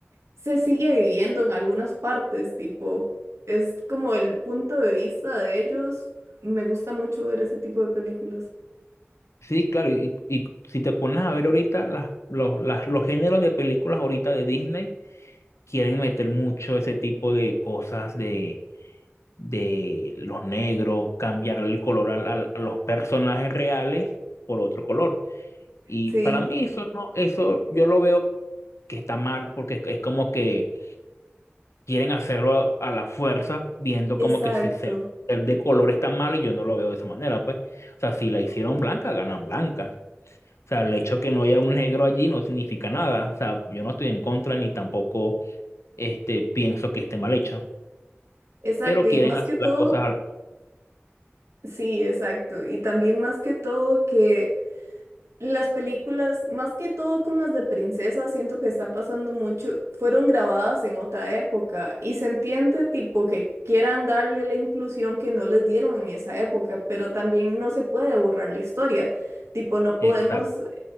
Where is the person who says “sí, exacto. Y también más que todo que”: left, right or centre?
Right